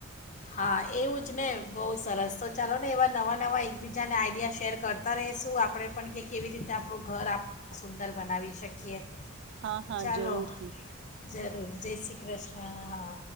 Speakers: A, on the left; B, on the right.
A: હા એવું જ ને બહુ સરસ તો ચાલો ને એવા નવા નવા એકબીજાને આઈડિયા શેર કરતા રેશું આપણે પણ કે કેવી રીતે આપણું ઘર આપ સુંદર બનાવી શકીએ.
B: હા હા
A: ચાલો
B: જરૂરથી
A: જરૂર જય શ્રી કૃષ્ણ હા.